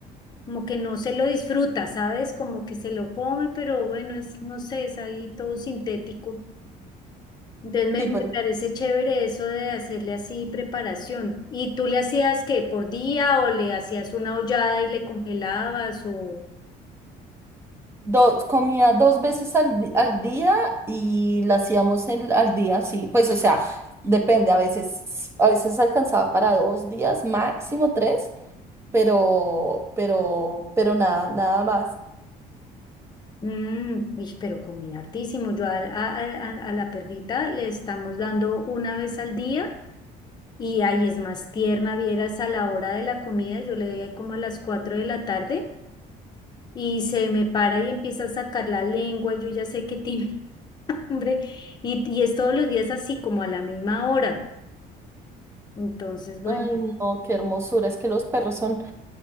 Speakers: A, on the left; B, on the right.
A: como que no se lo disfruta, ¿sabes? Como que se lo come, pero bueno, es, no sé, es ahí todo sintético. Entonces me,
B: Sí,
A: me
B: pues
A: parece chévere eso de hacerle así preparación. ¿Y tú le hacías qué, por día o le hacías una hollada y le congelabas o...
B: Dos, comía dos veces al, di- al día y la hacíamos el- al día, sí. Pues, o sea, depende, a veces, a veces alcanzaba para dos días, máximo tres, pero, pero, pero nada, nada más.
A: Mm, uy, pero comía hartísimo. Yo al- a, a a- a la perrita le estamos dando una vez al día. Y ahí es más tierna, vieras a la hora de la comida, yo le doy ahí como a las 4 de la tarde y se me para y empieza a sacar la lengua, yo ya sé que tiene <laughs> hambre y, y es todos los días así como a la misma hora. Entonces, bueno,
B: Ay, no, qué hermosura, es que los perros son